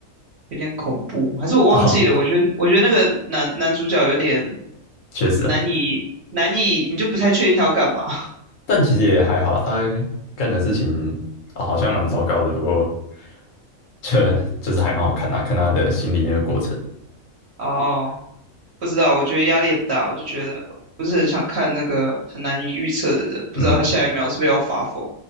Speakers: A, on the right; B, on the left.
A: 有点恐怖，还是我忘记了？
B: <laughs> 哦，
A: 我觉得我觉得那个男男主角有点
B: 确实啊。
A: 难以难以，你就不太确定他要干嘛。<laughs>
B: 但其实也还好，他干的事情啊、好像蛮糟糕的，不过这就是还蛮好看的啊看他的心理那个过程。
A: 哦，不知道，我觉得压力很大，我就觉得不是很想看那个很难以预测的人，不知道他下一秒是不是要发疯，
B: 嗯，